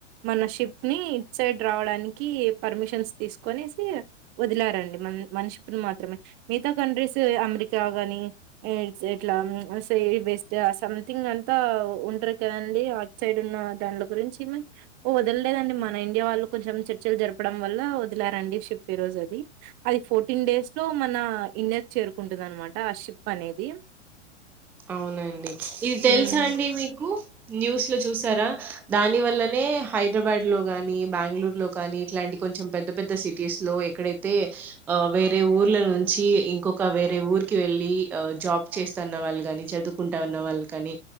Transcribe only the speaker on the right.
మన టిప్ ని ఇట్ సైడ్ రావడానికి పర్మిషన్స్ తీసుకోనేసి వదిలారండి మ మన షిప్ మాత్రమే మిగతా కంట్రీస్ అమెరికా గానిలా బస్ట్ సంథింగ్ అంతా ఉంటారు కదండి అట్ సైడ్ ఉన్న దాంట్లో గురించి వ ఏం లేదండి మన ఇండియా వాళ్ళు కొంచెం చర్చలు జరపడం వల్ల వదిలారండి షిప్ ఈ రోజు అది అది ఫోర్టీన్ డేస్ లో మన ఇండియా చేరుకుంటుదనమాట ఆ షిప్ అనేది
హ్మ్.